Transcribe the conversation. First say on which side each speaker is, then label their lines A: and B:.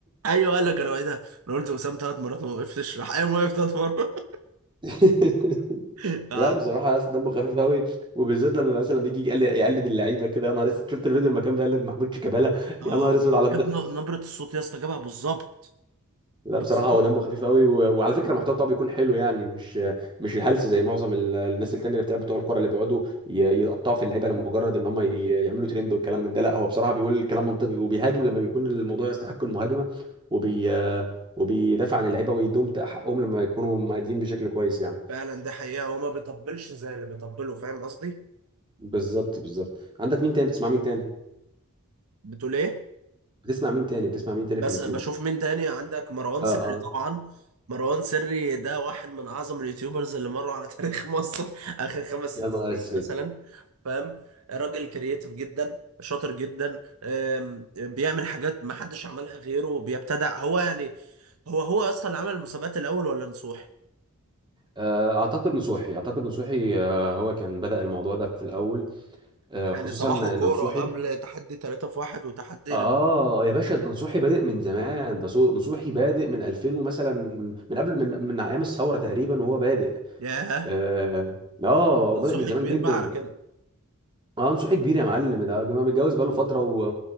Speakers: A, on the right (about 75°); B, on the right (about 20°).
A: ايوه قال لك انا ايه ده انا قلت وسام ثلاث مرات وما وقفتش راح قايم واقف ثلاث مرات
B: <laughs>
A: <laughs> اه
B: لا بصراحه يا اسطى دمه خفيف قوي وبالذات لما مثلا بيجي يقل- يقلد اللعيبه كده يا نهار اسود شفت الفيديو لما كان بيقلد محمود شيكابالا
A: آه،
B: يا نهار اسود على
A: ده جاب
B: الضحك
A: ن- نبره الصوت يا اسطى جابها بالظبط
B: لا
A: بالظبط
B: بصراحه هو دمه خفيف قوي و... وعلى فكره المحتوى بتاعه بيكون حلو يعني مش مش الهلس زي معظم ال- الناس التانيه اللي بتاع بتوع الكوره اللي بيقعدوا ي... يقطعوا في اللعيبه لمجرد ان هم ي... يعملوا ترند والكلام من ده لا هو بصراحه بيقول الكلام منطقي وبيهاجم لما بيكون الموضوع يستحق المهاجمه وبي وبيدافع عن اللعيبه ويدوم حقهم لما يكونوا مادين بشكل كويس يعني
A: فعلا ده حقيقه هو ما بيطبلش زي اللي بيطبله فاهم قصدي
B: بالظبط بالظبط عندك مين تاني بتسمع مين تاني
A: بتقول ايه
B: بتسمع مين تاني بتسمع مين تاني
A: بس
B: في اليوتيوبرز
A: بشوف مين تاني عندك مروان
B: اه
A: سري
B: اه
A: طبعا مروان سري ده واحد من اعظم اليوتيوبرز اللي مروا على تاريخ <laughs> مصر اخر خمس ست
B: يا نهار
A: سنين
B: اسود
A: مثلا فاهم راجل كرييتيف جدا شاطر جدا أم، بيعمل حاجات ما حدش عملها غيره بيبتدع هو يعني هو هو اصلا اللي عمل المسابقات الاول ولا نصوحي
B: آه، اعتقد نصوحي اعتقد نصوحي آه، هو كان بدأ الموضوع ده في الاول آه،
A: يعني
B: خصوصا
A: صباحه
B: ان
A: كوره
B: نصوحي
A: قبل تحدي 3 في 1 وتحدي
B: اه
A: ال-
B: يا باشا ده نصوحي بادئ من زمان ده صو- نصوحي بادئ من 2000 ومثلا من من قبل من من ايام الثوره تقريبا وهو بادئ
A: ياه
B: اه آه،
A: نصوحي
B: بادئ من زمان
A: كبير
B: جدا
A: بقى على كده
B: اه نصوحي كبير يا معلم ده ده متجوز بقاله فتره و...